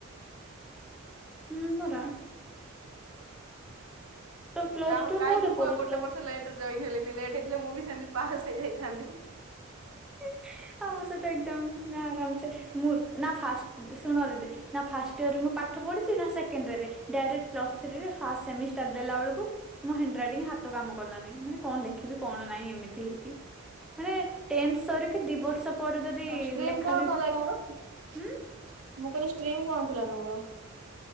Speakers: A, in the centre; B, on the right (about 80°).
A: ହୁଁ ପରା। ତ ପ୍ଲସ
B: ଯା ହଉ
A: ଟୁ
B: କାହିଁକି
A: କୋଉଠି
B: ମୁଁ
A: ପଢୁଥିଲ?
B: ଆ ଗୋଟେ ବର୍ଷ ଲେଟରେ ଯଇନ ହେଲିନି ଲେଟ୍ ହେଇଥିଲେ, ମୁଁ ବି ସେମିତି ପାସ୍ ହେଇଯାଇଥାନ୍ତି।
A: ହି ହି, ଆମୋ ସହିତ ଏକଜାମ ନା ଆରାମସେ ମୁଁ ନା ଫାଷ୍ଟ ଶୁଣ ଦିଦି ନା ଫାଷ୍ଟ ଇୟରରେ ମୁଁ ପା ପାଠ ପଢ଼ିଚି ନା ସେକେଣ୍ଡରେ ଡାଇରେକ୍ଟ ପ୍ଲସ ଥ୍ରି ରେ ଫାଷ୍ଟ ସେମିଷ୍ଟାର ଦେଲା ଏଳୁକୁ ମୁ ହ୍ୟାଣ୍ଡ୍ରିଟିଙ୍ଗ ହାତ କାମ କଲାନି ମାନେ କଣ ଲେଖିବି କଣ ନାହିଁ ଏମିତି ହେଇକି। ମାନେ ଟେନ୍ଥ ସରିକି ଦି ବର୍ଷ ପରେ ଯଦି
B: ଆଉ ଷ୍ଟିରିମ
A: ଲେଖା
B: କଣ
A: ଲେଖି
B: ଥିଲା ତମର, ମୁଁ
A: ହୁଁ
B: କହିଲି ଷ୍ଟିରିମ କଣ ଥିଲା ତମର?